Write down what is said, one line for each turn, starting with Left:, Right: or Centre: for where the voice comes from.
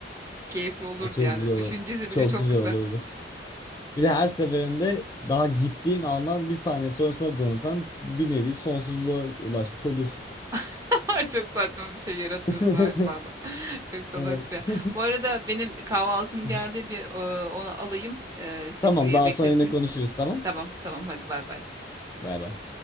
Right: Keyifli olurdu
Left: Ay, Çok
Right: yani.
Left: güzel olur.
Right: Düşüncesi
Left: Çok
Right: bile çok
Left: güzel
Right: güzel.
Left: olurdu. Bir de her seferinde daha gittiğin andan bir saniye sonrasına dönsen bir nevi sonsuzluğa ulaşmış olursun.
Right: <laughs> Çok saçma bir şey yaratıyorsun
Left: <laughs>
Right: o esnada. <laughs> Çok salakça.
Left: Evet.
Right: Bu arada benim kahvaltım
Left: <laughs>
Right: geldi bir e, onu alayım. E, şey
Left: Tamam
Right: kuryeyi
Left: daha
Right: bekletmeyeyim.
Left: sonra yine konuşuruz tamam.
Right: Tamam tamam hadi bay bay.
Left: Bay bay.